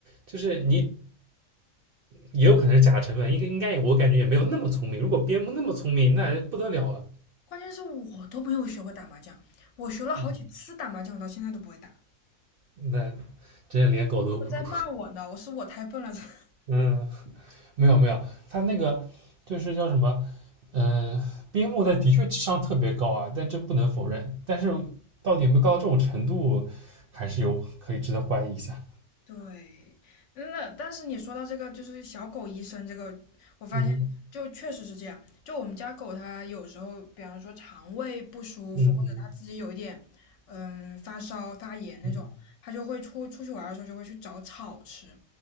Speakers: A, on the right; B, on the left.
A: 就是你也有可能是假成分，应该应该我感觉也没有那么聪明。如果边牧那么聪明，那不得了了，
B: 关键是我都没有学会打麻将，我学了好几次打麻将，
A: 嗯
B: 我到现在都不会打。
A: 那真的连狗都不如。
B: 我在骂我呢，我是我太笨了。<laughs>
A: 嗯，没有没有，他那个就是叫什么，嗯、呃边牧的的确智商特别高啊，但这不能否认。但是到底有没有高到这种程度，还是有可以值得怀疑一下。
B: 对，嗯那但是你说到这个，就是小狗医生这个，我发现就确实是这样。
A: 嗯
B: 就我们家狗，它有时候，比方说肠胃不舒服，
A: 嗯嗯
B: 或者它自己有一点，嗯，发烧、发炎那种，
A: 嗯嗯。
B: 它就会出出去玩儿的时候就会去找草吃。